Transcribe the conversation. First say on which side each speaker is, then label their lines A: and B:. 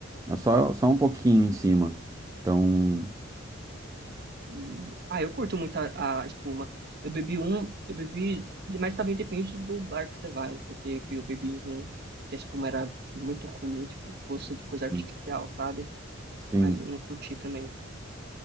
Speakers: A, on the right; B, on the right.
A: mas só, só um pouquinho em cima. Então,
B: E ah, eu curto muito a, a espuma. Eu bebi um, eu bebi, mas também depende do bar que você vai, porque enfim, eu bebi em um que a espuma era muito ruim, tipo, gosto de coisa artificial,
A: hum,
B: sabe?
A: sim.
B: Aí eu não curti também.